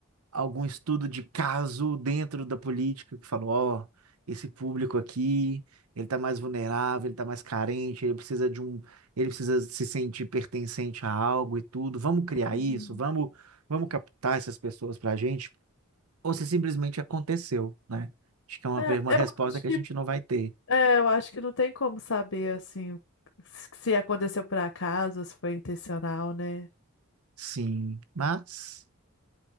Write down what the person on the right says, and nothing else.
algum estudo de caso dentro da política que falou, ó, esse público aqui, ele tá mais vulnerável, ele tá mais carente, ele precisa de um, ele precisa se sentir pertencente a algo e tudo. Vamos criar
isso, vamos, vamos captar essas pessoas pra gente. Ou se simplesmente aconteceu, né? Acho que é uma,
uma
resposta
que
a gente não vai ter.
Sim, mas,